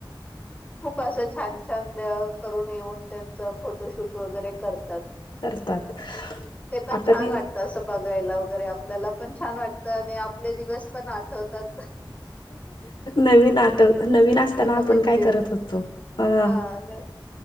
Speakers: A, on the left; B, on the left.
A: <inaudible> खूप असं छान छान करून येऊन त्यांचं फोटोशूट वगैरे करतात.
B: करतात
A: ते पण
B: आपतानील
A: छान वाटतं असं बघायला वगैरे आपल्याला पण छान वाटतं आणि आपले दिवस पण आठवतात.
B: नवी नाटक नवीन असताना
A: नवीन
B: आपण काय
A: दिवस
B: करत होतो ह.
A: हा न